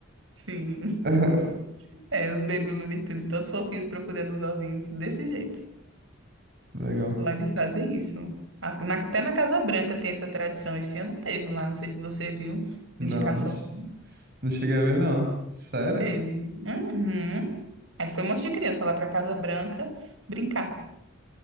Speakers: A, on the right; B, on the right.
A: sim.
B: <laughs>
A: É, os Baby Looney Tunes, todos fofinhos procurando os ovinhos, desse jeito.
B: Legal.
A: Lá eles fazem isso. A- na- Até na Casa Branca tem essa tradição. Esse ano teve lá, não sei se você viu,
B: Não,
A: de caça
B: não, che-
A: aos ovos.
B: não cheguei a ver, não. Sério?
A: Teve. Uhum. Aí foi um monte de criança lá pra Casa Branca brincar.